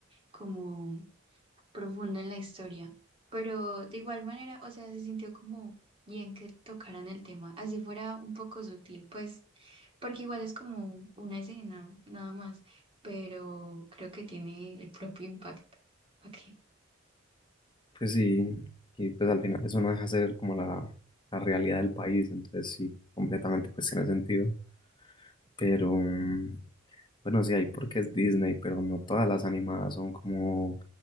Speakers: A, on the right; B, on the left.
A: como profundo en la historia. Pero de igual manera, o sea, se sintió como bien que tocaran el tema, así fuera un poco sutil, pues, porque igual es como una escena, nada más, pero creo que tiene el propio impacto. Ok.
B: Pues sí, y pues al final eso no deja de ser como la, la realidad del país, entonces sí, completamente pues tiene sentido. Pero, mm, bueno, sí hay porque es Disney, pero no todas las animadas son como